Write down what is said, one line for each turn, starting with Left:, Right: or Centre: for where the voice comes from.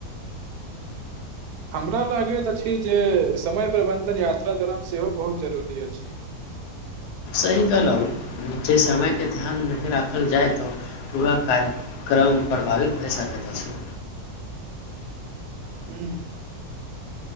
Right: हमरा लागैत अछि जे समय प्रबन्धन यात्रा दौरान सेहो बहुत जरूरी अछि
Left: सही कहलहुं जे समय के ध्यान नहि राखल जाय त पूरा कार्यक्रम प्रभावित भए सकैत अछि
Right: ह्म